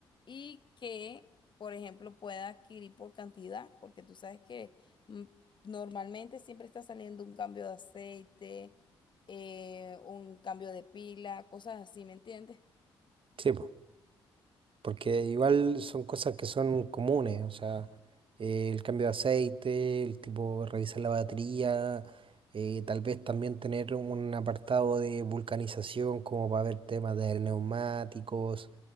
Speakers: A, on the left (about 40°); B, on the right (about 45°).
A: Y que, por ejemplo, pueda adquirir por cantidad, porque tú sabes que mm, normalmente siempre está saliendo un cambio de aceite eh, un cambio de pila, cosas así, ¿me entiendes?
B: Sí, po, porque igual son cosas que son comunes, o sea, eh, el cambio de aceite, el tipo revisar la batería, eh, tal vez también tener un apartado de vulcanización como para ver temas de neumáticos,